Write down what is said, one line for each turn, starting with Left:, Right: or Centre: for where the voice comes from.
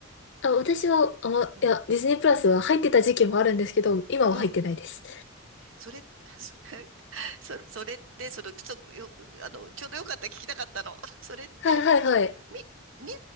Left: あ、私は、
Right: そ
Left: あま、
Right: うん、
Left: いや、ディズニープラスは入ってた時期もあるんですけど、今は入ってないです。
Right: うん。それ、<laughs> そ、それって、その、ちょっとよ、あの、ちょうどよかった聞きたかったの。<laughs> それって、
Left: はいはいはい。
Right: その、み、見る